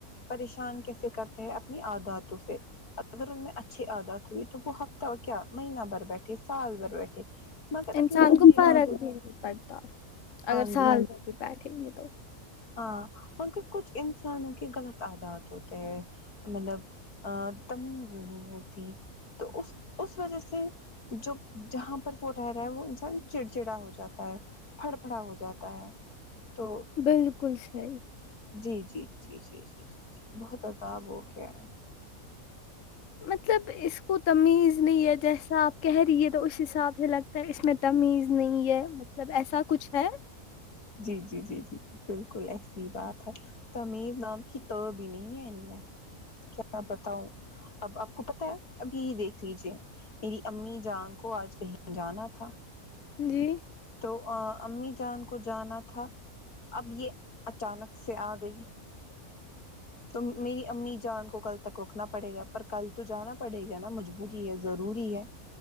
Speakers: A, on the left; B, on the left.
A: پریشان کیسے کرتے ہیں اپنی عاداتوں سے اگر ان میں اچھی عادات ہوئی تو وہ ہفتہ کیا مہینہ بھر بیٹھے سال بھر بیٹھے مگر اپنی
B: انسان
A: گندی
B: کو فرق
A: عادت
B: بھی نہیں پڑتا
A: ہاں
B: اگر سال میں بھی بیٹھے گے تو
A: ہا ان کا کچھ انسانوں کی غلط عادات ہوتے ہیں مطلب ہا تمیز نہیں ہوتی تو اس اس وجہ سے جو جہاں وہ رہ رہا ہے وہ انسان چڑ چڑا ہو جاتا ہے پڑ پڑا ہو جاتا ہے تو
B: بالکل صحیح
A: جی جی جی جی جی بہت عذاب ہو گیا ہے
B: مطلب اس کو تمیز نہیں ہے جیسا اپ کہہ رہی ہے تو اس حساب سے لگتا ہے اس میں تمیز نہیں ہے مطلب ایسا کچھ ہے
A: جی جی جی جی بالکل ایسی بات ہے تمیر نام کی تہ بھی نہیں ہے ان میں کیا بتاؤں اب آپ کو پتہ ہے ابھی ہی دیکھ لیجے میری امی جان کو آج کہیں جانا تھا
B: جی
A: تو امی جان کو جانا تھا اب یہ اچانک سے ا گئی تو میری امی جان کو کل تک روکنا پڑے گا پر کل تو جانا پڑے گا نا مجھ جی یہ ضروری ہے